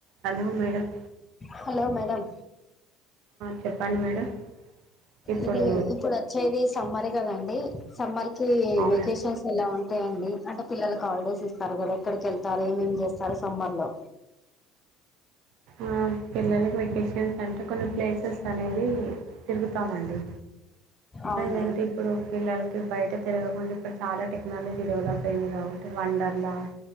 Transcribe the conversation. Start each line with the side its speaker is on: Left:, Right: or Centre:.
Right: Hello madam
Left: hello madam
Right: చెప్పండి madam ఇప్పుడు
Left: ఇది ఇప్పుడచ్చేది సమ్మర్ గదండి సమ్మర్ కి
Right: అవునా
Left: వెకేషన్స్ ఎలా ఉంట్ టే అండి అంటే పిల్లలక హాలిడేస్ ఇస్తారు గదా, ఎక్కడికెళ్తారు ఏమేం జేస్తారు సమ్మర్ లో?
Right: ఆ పిల్లలకి వెకేషన్స్ అంటే కొన్ని ప్లేసెస్ అనేది తిరుగుతామండి
Left: అవునా
Right: లేదంటే ఇప్పుడు పిల్లలకి బయట తిరగకుండ ఇప్పుడు చాలా టెక్నాలజీ డెవలప్ అయింది గాబట్ టె వండర్లా